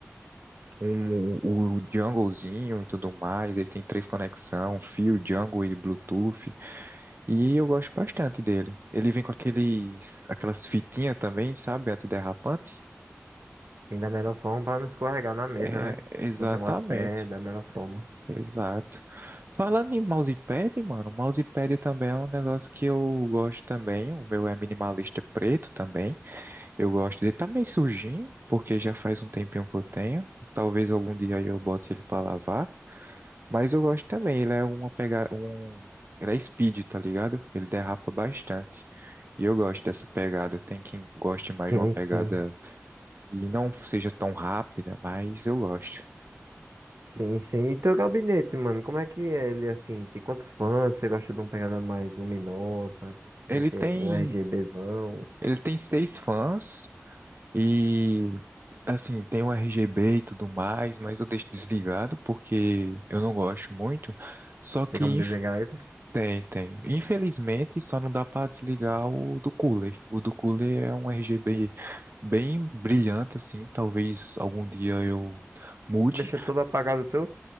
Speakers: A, on the right; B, on the right.
A: um, o junglezinho e tudo mais, ele tem três conexões, fio, jungle e Bluetooth. E eu gosto bastante dele. Ele vem com aqueles, aquelas fitinhas também, sabe, antiderrapante?
B: Sim, da melhor forma para não escorregar na mesa,
A: É,
B: né?
A: exatamente,
B: Não ser umas pés, da melhor forma.
A: exato. Falando em mousepad, mano, mousepad também é um negócio que eu gosto também, o meu é minimalista preto também. Eu gosto dele. Tá meio sujinho, porque já faz um tempinho que eu tenho. Talvez algum dia aí eu bote ele pra lavar. Mas eu gosto também. Ele é uma pegada. Um... Ele é speed, tá ligado? Ele derrapa bastante. E eu gosto dessa pegada. Tem quem goste mais
B: Sim,
A: de uma pegada
B: sim.
A: que não seja tão rápida, mas eu gosto.
B: Sim, sim. E teu gabinete, mano, como é que é ele assim? Tem quantos fãs? Você gosta de uma pegada mais luminosa? Como
A: Ele
B: é que
A: tem.
B: é? De um RGBzão?
A: Ele tem seis fãs. E. Assim, tem o RGB e tudo mais, mas eu deixo desligado porque eu não gosto muito. Só que,
B: Tem como desenhar eles?
A: Tem, tem. Infelizmente, só não dá para desligar o do cooler. O do cooler é um RGB bem brilhante, assim. Talvez algum dia eu mude.
B: Deixa tudo apagado tu,